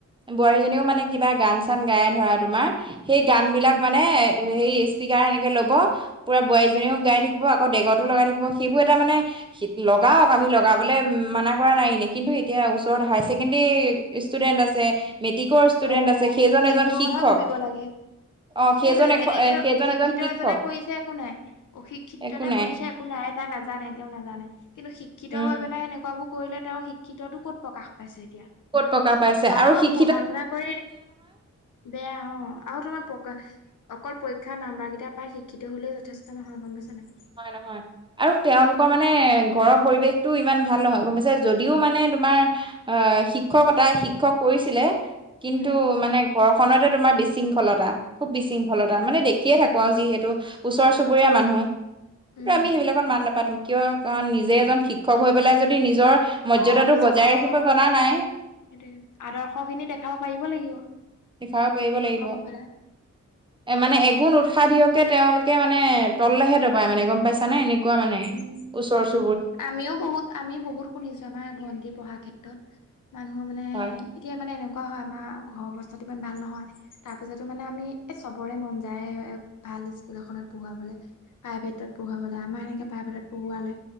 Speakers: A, on the right (about 15°); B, on the left (about 90°).
A: বোৱাৰী জনিও মানে কিবা গান চান গাই ধৰা তোমাৰ সেই গান বিলাক
B: উম,
A: মানে হেই স্পীকাৰ এনেকে ল'ব পুৰা বোৱাৰীজনীও
B: উম,
A: গাই থাকিব। দেগতো লগাই থাকিব সেইবোৰ এটা মানে লগাওঁক, আমি লগাবলৈ মানা কৰা নাই এনে কিন্তু, এতিয়া। ওচৰত হায়াৰ ছেকেণ্ডৰী ষ্টুডেন্ট আছে। মেট্ৰিকৰ ষ্টুডেন্ট
B: অ'
A: আছে সেইজন
B: সেইবোৰৰ
A: এজন শিক্ষক
B: কথা ভাবিব লাগে।
A: অ সেইজন
B: সেইটোয়ে
A: এ
B: বেলেগে
A: সেইজন
B: অশিক্ষিত
A: এজন শিক্ষক
B: এজনে কৰিছে একো নাই অশিক্ষিতজনে
A: একো নাই
B: কৰিছে একো নাই তাই নাজ জানে তেওঁ নাজানে, কিন্তু শিক্ষিত
A: উম
B: হৈ পেলাই এনেকুৱাবোৰ কৰিলে তেওঁৰ শিক্ষিততটো ক'ত প্ৰকাশ পাইছে। এতিয়া।
A: ক'ত টকাৰ পাইছে
B: মানুহক
A: আৰু শি
B: পঢ়া শুনা কৰি বেয়া অ' আৰু তোমাৰ পকা অকল পৰীক্ষাত নাম্বাৰ কেইটা পাই শিক্ষিত হ'লেও যথেষ্ট নহয় গ'ম পাইছনে নাই।
A: হয়, নহয় আৰু তেওঁলোকৰ মানে ঘৰৰ পৰিৱেশতটো ইমান ভাল নহয় গ'ম পাইছে। যদিও মানে তোমাৰ অ' শিক্ষকতা শিক্ষক কৰিছিলে। কিন্তু
B: উম
A: মানে ঘৰখনতে তোমাৰ বিশৃংখলতা। খুব বিশৃংখলতা মানে দেখিয়ে থাকোঁ আৰু যিহেতু ওচৰ চুবুৰীয়া মানুহ। কিন্তু
B: উম
A: আমি সেইবিলাকত মাত নাপাতোঁ। কিয় কাৰণ নিজে এজন শিক্ষক হৈ পেলাই যদি যদি নিজৰ মৰ্যদাটো
B: অ নিজৰ
A: বজাই
B: ঘৰখনৰ
A: ৰাখিব জনা নাই।
B: সেইটোৱে আদৰ্শ খিনি দেখাব পাৰিব লাগিব।
A: লিখাব পাৰিব
B: শিক্ষক
A: লাগিব
B: হৈ পেলাই
A: এ মানে একো নু খা দিয়কে তেওঁলোকে মানে তললেহে দৰবায় মানে গ'ম পাইছানে এনেকুৱা মানে
B: উম
A: ওচৰৰ চু
B: আমিও বহুত আমিও বহুত শুনিছোঁ আমাৰ ভণ্টি পঢ়াৰ ক্ষেত্ৰত। কাৰণ মই মানে
A: হয়
B: এতিয়া মানে এনেকুৱা এনেকুৱা হয়, আমাৰ ঘৰৰ অৱস্থাটো ইমান ভাল নহয়। তাৰপিছতো মানে আমি এই চবৰে মন যায় ভাল স্কুল এখনত পঢ়োৱাবলৈ প্ৰাইভেটত পঢ়ুৱাবলৈ আমাৰ সেনেকে প্ৰাইভেটত পঢ়োৱালে,